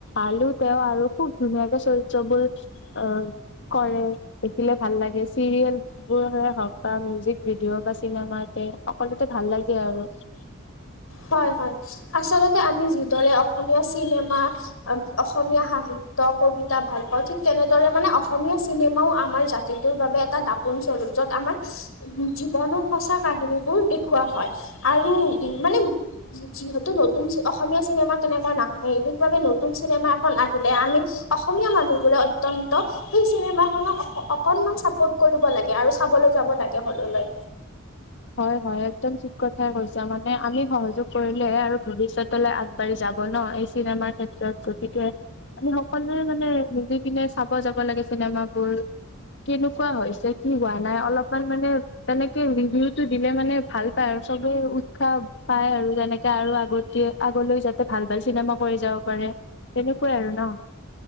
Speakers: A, on the left (about 60°); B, on the left (about 85°).
A: আলু তেও আৰু খুব ধুনীয়াকে চৰিত বোৰ কৰি, কৰে, দেখিলে ভাল লাগে চিৰিয়েল <unintelligible> হওঁক বা মিউজিক ভিডিঅ বা চিনেমাতে সকলোতে ভাল লাগে আৰু
B: হয় হয় আচলতে আমি যিদৰে অসমীয়া চিনেমা অসমীয়া সাহিত্য কবিতা ভাল পাওঁ ঠিক তেনেদৰে মানে অসমীয়া চিনেমাও আমাৰ জাত টোৰ বাবে এটা দাপোন স্বৰূপ যত আমাৰ জীৱনৰ সঁচা কাহিনীবোৰ দেখুওৱা হয় আৰু উ মানে যিহেতু নতুন অসমীয়া চিনেমা তেনেকুৱা নাহেই, সেইবাবে নতুন চিনেমা এখন আহিলে আমি অসমীয়া মানুহবোৰে অত্যন্ত সেই চিনেমা খনক অকনমান চাপৰ্ট কৰিব লাগে আৰু চাবলৈ যাব লাগে হললৈ।
A: হয় হয় একদম ঠিক কথাই কৈছা। মানে আমি সহযোগ কৰিলেহে আৰু ভৱিষ্যত তলে আগবাঢ়ি যাব ন এই চিনেমাৰ ক্ষেত্ৰত গতিকে আমি সকলোৱে মানে মিলি কিনে যাব লাগে চিনেমাবোৰ। কেনেকুৱা হৈছে কি হোৱা নাই অলপমান মানে তেনেকে ৰিভিউট দিলে মানে ভাল পায় আৰু চবে উৎসাহ পায় আৰু তেনেকে আৰু আগতে আগলৈ যাতে ভাল ভাল চিনেমা কৰি যাব পাৰে তেনেকুৱাই আৰু ন।